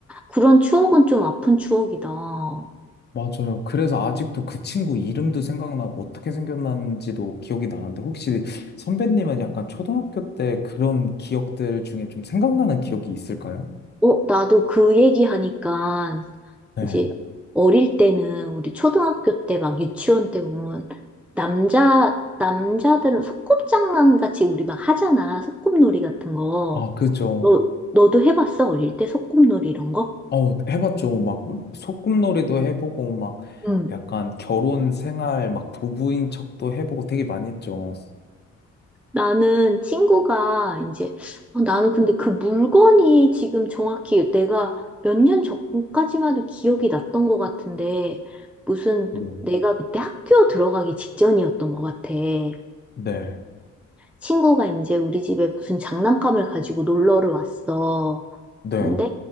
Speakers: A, in the centre; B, on the left.
A: 그런 추억은 좀 아픈 추억이다. 어,
B: 맞아요. 그래서 아직도 그 친구 이름도 생각나고 어떻게 생겼는지도 기억이 나는데 혹시 선배님은 약간 초등학교 때 그런 기억들 중에 좀 생각나는 기억이 있을까요?
A: 어, 나도 그 얘기 하니까,
B: 네.
A: 이제, 어릴 때는, 우리 초등학교 때 막 유치원 때 보면, 남자, 남자들은 소꿉장난 같이 우리 막 하잖아. 소꿉놀이 같은 거.
B: 아, 그죠.
A: 너, 너도 해봤어? 어릴 때 소꿉놀이 이런 거?
B: 어, 해봤죠. 막, 소꿉놀이도 해보고, 막,
A: 응.
B: 약간 결혼 생활, 막, 부부인 척도 해보고 되게 많이 했죠.
A: 나는 친구가 이제 어, 나는 근데 그 물건이 지금 정확히 내가 몇 년 전까지만 해도 기억이 났던 것 같은데 무슨
B: 네.
A: 내가 그때 학교 들어가기 직전이었던 것 같아. 네.
B: 네.
A: 친구가 이제 우리 집에 무슨 장난감을 가지고 놀러를 왔어.
B: 네.
A: 근데